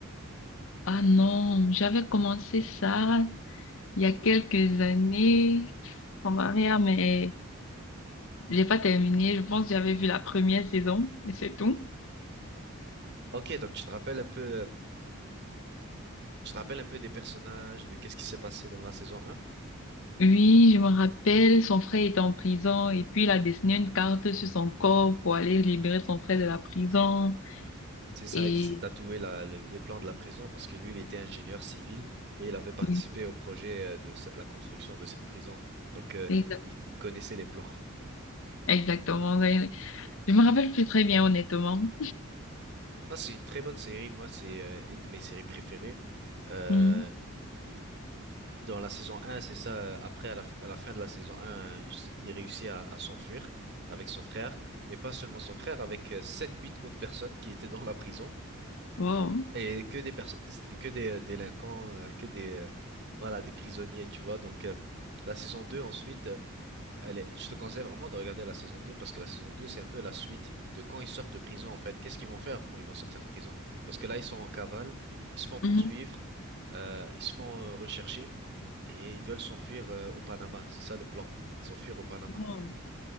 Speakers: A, on the left (about 65°); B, on the right (about 55°).
A: Ah non, j'avais commencé ça il y a quelques années en arrière, mais J'ai pas terminé, je pense que j'avais vu la première saison, mais c'est tout.
B: Ok, donc tu te rappelles un peu euh, Tu te rappelles un peu des personnages, de qu'est-ce qui s'est passé dans la saison un
A: Oui, je me rappelle, son frère était en prison et puis il a dessiné une carte sur son corps pour aller libérer son frère de la prison.
B: C'est ça,
A: Et
B: il s'est tatoué la- le- les plans de la prison parce que lui, il était ingénieur civil et il avait participé
A: oui,
B: au projet euh, de cette- la construction de cette prison. Donc, euh,
A: exa-
B: il, il connaissait les plans.
A: exactement. Je me rappelle plus très bien, honnêtement.
B: Non, c'est une très bonne série. Moi, c'est euh, une de mes séries préférées. Euh,
A: Mhm.
B: il- dans la saison un, c'est ça. euh, Après, à la, f- à la fin de la saison un, euh, il réussit à, à s'enfuir avec son frère, mais pas seulement son frère, avec euh, sept, huit autres personnes qui étaient dans la prison.
A: Wow.
B: Et que des personnes, c'était que des euh, délinquants, euh, que des, euh, voilà, des prisonniers, tu vois. Donc, euh, la saison 2 ensuite, euh, elle est, je te conseille vraiment de regarder la saison 2 parce que la saison 2 c'est un peu la suite de quand ils sortent de prison, en fait. Qu'est-ce qu'ils vont faire quand ils vont sortir de prison? Parce que là, ils sont en cavale, ils se font poursuivre,
A: Mhm.
B: euh, ils se font euh, rechercher et ils veulent s'enfuir euh, au Panama. C'est ça le plan, s'enfuir au Panama.
A: Wow.